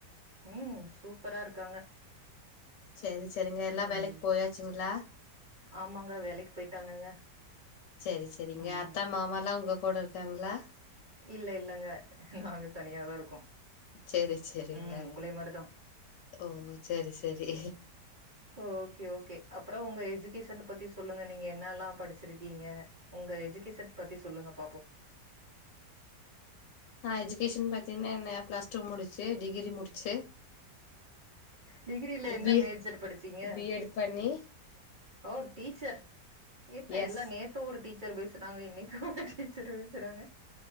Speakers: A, on the right; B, on the left.
A: ம் சூப்பரா இருக்காங்க
B: சரி சரிங்க எல்லா
A: ம்
B: வேலைக்கு போயாச்சுங்ளா
A: ஆமாங்க வேலைக்கு போயிட்டாங்கங்க
B: சரி சரிங்க
A: ம்
B: அத்த மாமாலா உங்க கூட இருக்காங்ளா
A: இல்ல இல்லங்க நாங்க தனியாதா இருக்கோ
B: செரி செரிங்க
A: ம் உங்களே மாரிதா
B: ஓ செரி செரி
A: ஓகே ஓகே அப்றோ உங்க எஜுகேஷன பத்தி சொல்லுங்க நீங்க என்ன எல்லா படிச்சிருக்கீங்க உங்க எஜுகேஷன் பத்தி சொல்லுங்க பாப்போ
B: நா எஜுகேஷன் பாத்தீனா என்ன பிளஸ் டூ முடிச்சு டிகிரி முடிச்சு
A: டிகிரில என்ன
B: பி
A: மேஜர் படிச்சீங்க
B: பி எட் பண்ணி
A: ஓ டீச்சர் என்ன
B: எஸ்
A: எல்லா நேத் து ஒரு டீச்சர் பேசுனாங்க இன்னைக்கு ஒரு டீச்சர் பேசுறாங்க